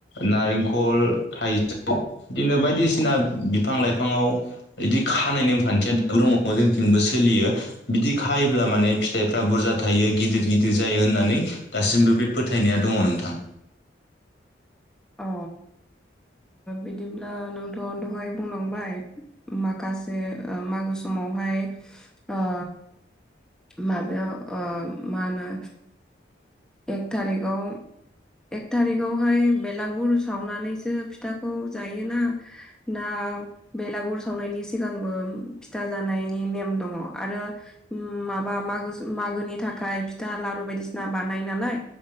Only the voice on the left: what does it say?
नारेंखल थाइजौ बिदिनो बायदिसिना बिफां लाइफाङाव बिदि खानाय नेमखान्थिया दाब दङ जोंथिंबो सोलियो। बिदि खायोब्ला माने फिथाइफ्रा बुरजा थायो गिदिर गिदिर जायो होननानै दासिमबो बे फोथायनाया दङ नोंथां।